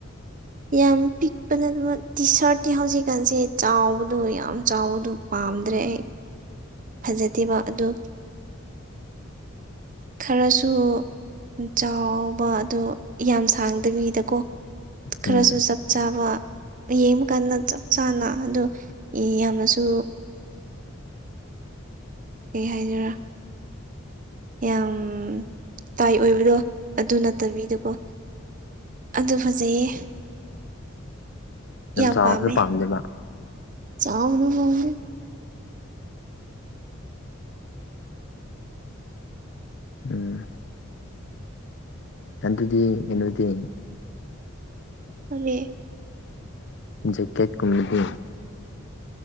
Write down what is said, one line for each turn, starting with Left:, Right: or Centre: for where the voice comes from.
Right: ꯌꯥꯝ ꯄꯤꯛꯄ ꯅꯠꯇꯕ ꯇꯤ ꯁꯥꯔꯠꯇꯤ ꯍꯧꯖꯤꯛꯀꯥꯟꯁꯦ ꯆꯥꯎꯕꯗꯣ ꯌꯥꯝ ꯆꯥꯎꯕꯗꯣ ꯄꯥꯝꯗ꯭ꯔꯦ ꯑꯩ ꯐꯖꯗꯦꯕ ꯑꯗꯨ ꯈꯔꯁꯨ ꯆꯥꯎꯕ ꯑꯗꯣ ꯌꯥꯝ ꯁꯥꯡꯗꯕꯤꯗꯀꯣ ꯈꯔꯁꯨ
Left: ꯎꯝ
Right: ꯆꯞ ꯆꯥꯕ ꯌꯦꯡꯕꯀꯟꯗ ꯆꯞ ꯆꯥꯅ ꯑꯗꯨ ꯌꯥꯝꯅꯁꯨ
Left: <inaudible>
Right: ꯀꯩ ꯍꯥꯏꯁꯤꯔꯥ ꯌꯥꯝ ꯇꯥꯏꯠ ꯑꯣꯏꯕꯗꯣ ꯑꯗꯨ ꯅꯠꯇꯕꯤꯗꯀꯣ ꯑꯗꯨ ꯐꯖꯩꯌꯦ ꯌꯥꯝ
Left: ꯆꯥꯎꯔꯁꯨ
Right: ꯄꯥꯝꯃꯦ
Left: ꯄꯥꯝꯗꯦꯕ
Right: ꯆꯥꯎꯕꯗꯨ ꯄꯥꯝꯗꯦ
Left: ꯎꯝ ꯑꯗꯨꯗꯤ ꯀꯩꯅꯣꯗꯤ
Right: ꯀꯔꯤ
Left: ꯖꯦꯀꯦꯠ ꯀꯨꯝꯕꯗꯤ